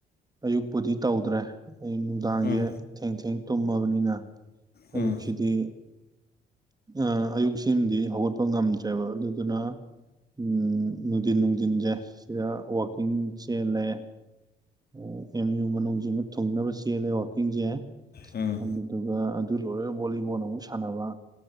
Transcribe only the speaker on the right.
ꯑꯌꯨꯛꯄꯨꯗꯤ ꯇꯧꯗ꯭ꯔꯦ ꯑꯩ ꯅꯨꯡꯗꯥꯡꯖꯦ
ꯊꯦꯡ ꯊꯦꯡ ꯇꯨꯝꯃꯕꯅꯤꯅ
ꯑꯌꯨꯛꯁꯤꯗꯤ ꯑ ꯑꯌꯨꯛꯁꯤꯃꯗꯤ ꯍꯧꯒꯠꯄ ꯉꯝꯗ꯭ꯔꯦꯕ ꯑꯗꯨꯗꯨꯅ ꯎ ꯅꯨꯡꯊꯤꯟ ꯅꯨꯡꯊꯤꯟꯁꯦ ꯁꯤꯗ ꯋꯥꯛꯀꯤꯡ ꯆꯦꯜꯂꯦ <unintelligible> ꯑꯦꯝ ꯌꯨ ꯃꯅꯨꯡꯁꯤꯃ ꯊꯨꯡꯅꯕ ꯆꯦꯜꯂꯦ ꯋꯀꯤꯡꯁꯦ
ꯑꯗꯨꯒ ꯑꯗꯨ ꯂꯣꯏꯔꯒ ꯕꯣꯂꯤꯕꯣꯜ ꯑꯃꯨꯛ ꯁꯥꯟꯅꯕ